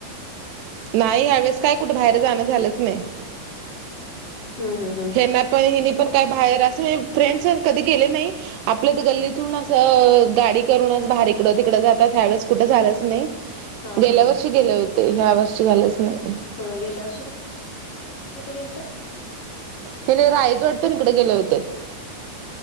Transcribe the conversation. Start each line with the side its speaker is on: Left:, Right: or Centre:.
Right: नाही यावेेळेस काय कुठे बाहेर जाणं झालंच नाही.
Left: हम्म हम्म हम्म
Right: त्यांना पण हिनी पण काय बाहेर असं फ्रेंडस कधी गेले नाही. आपल्या गल्लीतून असं गाडी करूनच बाहेरकडं तिकडं जातात. ह्या वेेळेस कुठं झालंच नाही
Left: हा
Right: गेल्या
Left: हा हा
Right: वर्षी गेले होते ह्या वर्षी झालंच नाही.
Left: हो गेल्या वर्षी कुठे गेल तर
Right: ह्या नी रायगड तर इकडे गेले होते